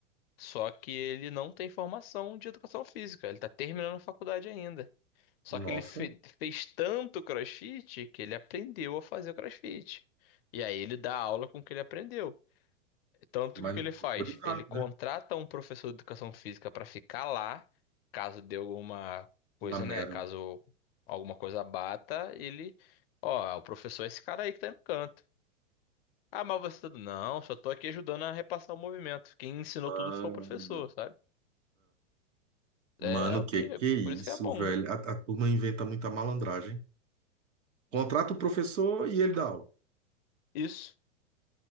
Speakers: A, on the left (about 50°); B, on the right (about 70°).
A: Só que ele não tem formação de educação física, ele tá terminando a faculdade ainda. Só
B: Nossa,
A: que ele fe- fez tanto CrossFit que ele aprendeu a fazer o CrossFit. E aí ele dá aula com o que ele aprendeu. Tanto
B: mas
A: que o que
B: não
A: ele
B: tá
A: faz?
B: autorizado,
A: Ele contrata
B: né?
A: um professor de educação física para ficar lá, caso dê alguma coisa,
B: Uma mera.
A: né? Caso alguma coisa bata, ele, ó, o professor é esse cara aí que tá aí no canto. Ah, mas você tá... Não, só tô aqui ajudando a repassar o movimento. Quem ensinou
B: Mano.
A: tudo foi o professor, sabe?
B: Mano,
A: É o
B: que
A: que,
B: que é isso,
A: por isso que é bom.
B: velho? A, a turma inventa muita malandragem. Contrata o professor e ele dá aula.
A: Isso.